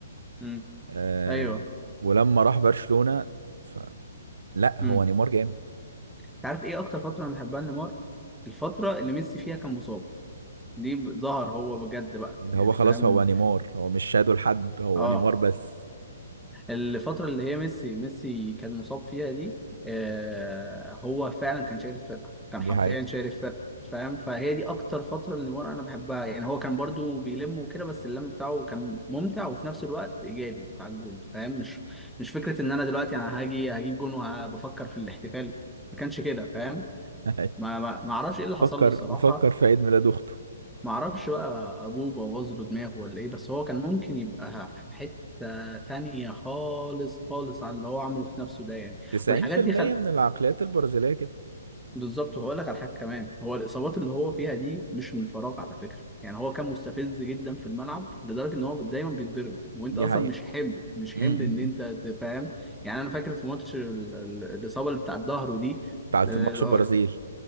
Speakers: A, in the centre; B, on the right (about 90°).
A: امم
B: آه،
A: ايوه
B: ولما راح برشلونة ف... لا هو
A: امم
B: نيمار جامد
A: انت عارف ايه اكتر فتره انا بحبها لنيمار الفتره اللي ميسي فيها كان مصاب دي ب- ظهر هو بجد بقى
B: ده
A: يعني
B: هو خلاص
A: فاهم
B: هو نيمار هو مش شادو لحد هو
A: اه
B: نيمار بس
A: الفترة اللي هي ميسي ميسي كان مصاب فيها دي آه هو فعلا كان شايل الفرقة كان
B: دي
A: حرفيا
B: حقيقة
A: شايل الفرقة فاهم فهي دي أكتر فترة اللي نيمار أنا بحبها يعني هو كان برضو بيلم وكده بس اللم بتاعه كان ممتع وفي نفس الوقت إيجابي على الجون فاهم مش مش فكرة إن أنا دلوقتي أنا هاجي هجيب جون وبفكر في الاحتفال ما كانش كده فاهم
B: <laughs>
A: ما ما ما أعرفش إيه اللي حصل
B: فكر
A: له الصراحة
B: بيفكر في عيد ميلاد اخته
A: معرفش بقى ابوه بوظ له دماغه ولا ايه بس هو كان ممكن يبقى في حته تانية خالص خالص عن اللي هو عمله في نفسه ده يعني
B: 90%
A: والحاجات دي خل...
B: من العقليات البرازيلية كده
A: بالظبط وهقول لك على حاجه كمان هو الاصابات اللي هو فيها دي مش من فراغ على فكره يعني هو كان مستفز جدا في الملعب لدرجه ان هو دايما بيتضرب وانت
B: دي
A: اصلا
B: حقيقة
A: مش حمل مش حمل
B: امم
A: ان انت تفهم يعني انا فاكر في ماتش ال... ال... الاصابه اللي بتاع الظهر دي
B: بتاعت
A: آه،
B: ماتش البرازيل